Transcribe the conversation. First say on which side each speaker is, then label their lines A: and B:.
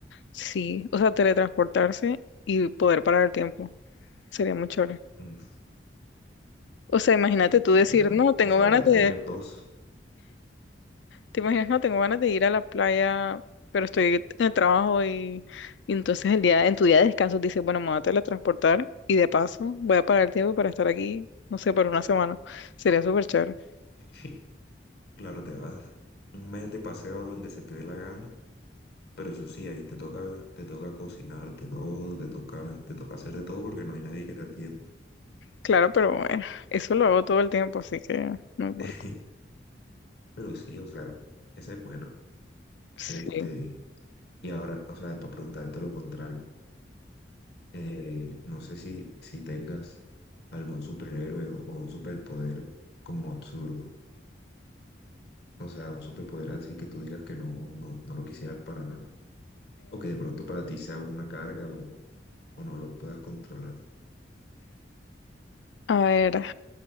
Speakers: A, on the left; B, on the left.
A: sí, o sea, teletransportarse y poder parar el tiempo. Sería muy chévere.
B: Mm,
A: O sea, imagínate
B: No
A: tú
B: sería,
A: decir, no, tengo
B: o sea,
A: ganas
B: ya
A: de,
B: tener dos,
A: te imaginas, no, tengo ganas de ir a la playa, pero estoy en el trabajo y, y entonces el día, en tu día de descanso dices, bueno, me voy a teletransportar y de paso voy a parar el tiempo para estar aquí, no sé, por una semana. Sería súper chévere.
B: <laughs> claro, te vas un mes de paseo donde se te dé la gana. Pero eso sí, ahí te toca, te toca cocinarte todo, te toca, te toca hacer de todo porque no hay nadie que te atienda.
A: Claro, pero bueno, eso lo hago todo el tiempo, así que no importa.
B: <laughs> Pero sí, o sea, esa es buena.
A: Sí.
B: Este, Y ahora, o sea, para preguntarte lo contrario, eh, no sé si, si tengas algún superhéroe o, o un superpoder como absurdo. O sea, un superpoder así que tú digas que no, no, no lo quisieras para nada. O que de pronto para ti sea una carga o, o no lo puedas controlar.
A: A ver,